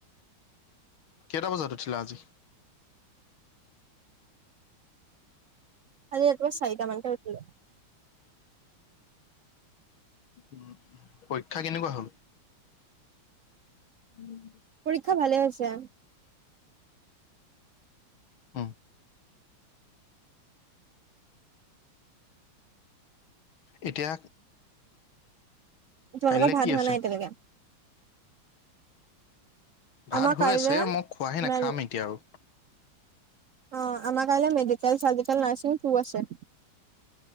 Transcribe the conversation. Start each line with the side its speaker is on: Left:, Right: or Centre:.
Left: কেইটা বজাত উঠিলা আজি?
Right: আজি ৰাতিপুৱা চাৰিটামান টে উঠিলো।
Left: উম, পৰীক্ষা কেনেকুৱা হল? উম,
Right: পৰীক্ষা ভালে হৈছে।
Left: হম, এতিয়া
Right: তোমালোকৰ
Left: কাইলৈ
Right: ভাত
Left: কি
Right: হোৱা
Left: আছে?
Right: নাই এতিয়ালেকে
Left: ভাত
Right: আমাৰ
Left: হৈ
Right: কাইলে
Left: আছে
Right: <unintelligible>
Left: মই খোৱাহে নাই
Right: ম
Left: খাম এতিয়া আৰু।
Right: অ, আমাৰ কাইলৈ মেডিকেল চাৰ্জিকেল নাৰ্ছিং আছে।